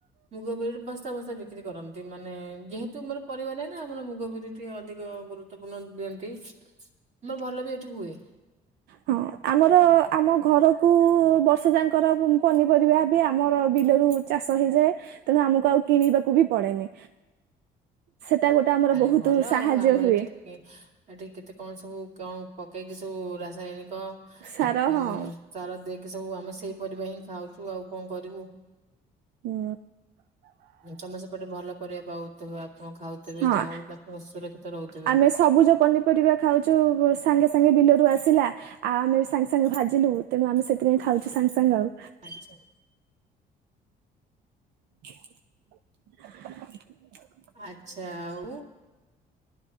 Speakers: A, on the right (about 45°); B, on the right (about 75°).
A: ମୁଗ ବିରି ବସା ବସା ବିକ୍ରି କରନ୍ତି ମାନେ ଯେହେତୁ ମୋର ପରିବ ନାହିଁ ନା ଆମର ମୁଗ ବିର ତି ଅଧିକ ଗୁରୁତ୍ୱ ପୂର୍ଣ୍ଣ ଦିଅନ୍ତି ମୋର ଭଲ ବି ଏଠି ହୁଏ।
B: ହଁ ଆମର ଆମ ଘରକୁ ବର୍ଷ ଯାଙ୍କର ପନିପରିବା ବି ଆମର ବିଲରୁ ଚାଷ ହେଇଯାଏ ତେଣୁ ଆମକୁ ଆଉ କିଣିବାକୁ ବି ପଡେନି। ସେଟା ଗୋଟେ ଆମର
A: ଆରେ
B: ବହୁତ
A: ଭଲ
B: ସାହାଯ୍ୟ
A: ଆଉ ଆମର
B: ହୁଏ।
A: ଏଠି ଏଠି କେତେ କଣ ସବୁ କଣ ପକେଇକି ସବୁ ରାସାୟନିକ
B: ସାର
A: ଉ
B: ହଁ
A: ଚାର ଦେଇକି ସବୁ ଆମେ ସେଇ ପରିବା ହିଁ ଖାଉଛୁ ଆଉ କଣ କରିବୁ?
B: ହୁଁ।
A: ତମ ସେପଟେ ଭଲ ପରିବା ପାଉଥିବେ ଆପଣ ଖାଉଥିବେ
B: ହଁ
A: ଯାହା ହଉ ଆପଣ ସୁରକ୍ଷିତ ରହୁଥିବେ।
B: ଆମେ ସବୁଜ ପନିପରିବା ଖାଉଛୁ ସାଙ୍ଗେ ସାଙ୍ଗେ ବିଲରୁ ଆସିଲା ଆ ଆମେ ବି ସାଙ୍ଗ୍ ସାଙ୍ଗେ ଭାଜିଲୁ ତ ଆମେ ସେଥିପାଇଁ ଖାଉଛୁ ସାଙ୍ଗେ ସାଙ୍ଗେ ଆଉ।
A: <inaudible>
B: <inaudible>
A: ଆଚ୍ଛା ଆଉ।